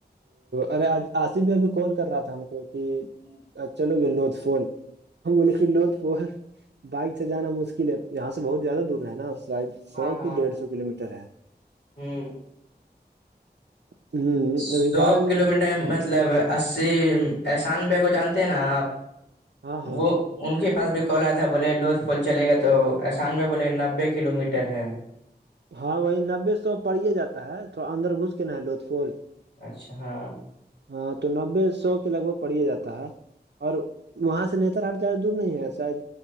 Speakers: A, on the right; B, on the left.
A: ارے آصف بھی ابھی کال کر رہا تھا ہم کو کہ
B: <inaudible>
A: چلو گے لوت فول ہم بولے کہ لوت فول بائک سے جانا مشکل ہے یہاں سے بہت زیادہ دور ہے نا شاید سو
B: ہاں ہاں
A: کی ڈیڑھ سو کلو میٹر ہے
B: ہمم
A: ہ
B: سو
A: ابھی بارہ منٹ
B: کلو میٹر مطلب اسی احسان بیا کو جانتے ہیں نا آپ
A: ہاں ہاں
B: وہ ان کے پاس بھی کل آیا تھا بولے لوت فول چلے گا تو احسان میں بولے نبے کلو میٹر ہے
A: ہاں وہی نبے سو پڑے جاتا ہے تھوڑا اندر گھس کے نا ہے لوت پھول
B: اچھا ہاں
A: ہاں تو نبے سو کے لگ بھگ پڑے جاتا ہے اور وہاں سے نیتر ہاٹ زیادہ دور نہیں ہے شاید